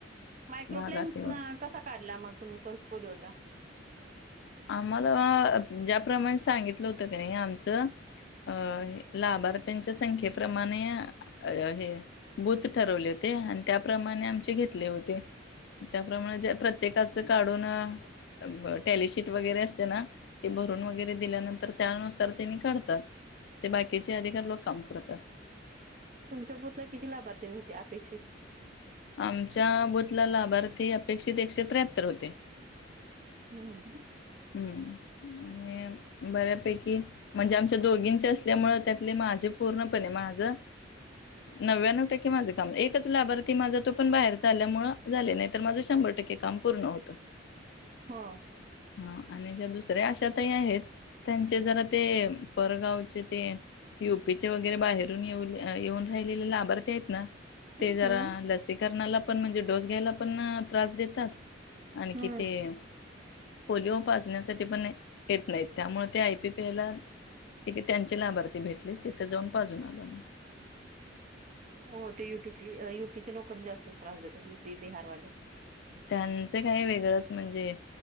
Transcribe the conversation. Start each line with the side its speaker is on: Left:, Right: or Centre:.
Right: मायक्रोप्लेनस्
Left: भागात येऊन.
Right: न कसा काढला मग तुम्ही पल्स पोलिओचा?
Left: आम्हाला अ ज्याप्रमाणे सांगितलं होतं क नई आमचं अ लाभार्थ्यांच्या संख्येप्रमाणे अ हे बूथ ठरवले होते आणि त्याप्रमा आणि आमचे घेतले ओ ते <unintelligible> प्रमाणे ज्या प्रत्येकाचं काढून अ ब टॅलीशीट वगैरे असते ना ते भरून वगैरे दिल्यानंतर त्यानुसार त्यानी काढतात. ते बाकीचे
Right: <unintelligible>
Left: अधिकार लोक काम करतात.
Right: तुमच्या बुतला किती लाभार्थी होते अपेक्षित?
Left: आमच्या बूथला लाभार्थी अपेक्षित एकशे त्र्याहत्तर होते.
Right: हम्म.
Left: हम्म आणि बऱ्यापैकी म्हणजे आमच्या दोघींचे अस ल्यामुळ त्यातले माझे पूर्णपणे माझं नव्याण्णव टक्के माझं काम, एकच लाभार्थी माझा तो पण बाहेरचा आल्यामुळं झाले नाही तर माझं शंभर टक्के काम पूर्ण होत.
Right: हो
Left: हा आणि ज्या दुसऱ्या आशा ताई आहेत. त्यांचे जरा ते परगावचे ते युपी चे वगैरे बाहेरून येऊल येऊन राहिलेले लाभार्थी आहेत ना ते
Right: हम्म
Left: जरा लसीकरणाला पण म्हणजे डोस घ्यायला पण त्रास देतात. आणखी
Right: हम्म.
Left: ते पोलिओ पाजण्यासाठी पण येत नाही त्यामुळे आयपीपी एला ठीके त्यांचे लाभार्थी भेटले तिथे जाऊन पाजून आलो.
Right: हो ते यपी युपीच्या लोकां जास्त त्रास देतात युपी बिहारवाले.
Left: त्यांच काही वेगळंच म्हणजे